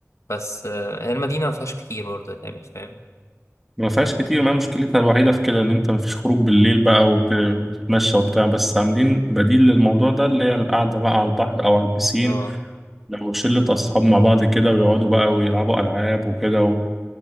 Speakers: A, on the left; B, in the centre.
A: بس آه هي المدينة ما فيهاش كتير برضه يعني فاهم
B: ما فيهاش كتير ما هي مشكلتها الوحيدة في كده إن أنت مفيش خروج بالليل بقى وت- وتتمشى وبتاع بس عاملين بديل للموضوع ده اللي هي القعدة بقى على البحر أو على البسين
A: اه
B: لو شلة أصحاب مع بعض كده ويقعدوا بقى ويلعبوا ألعاب وكده و...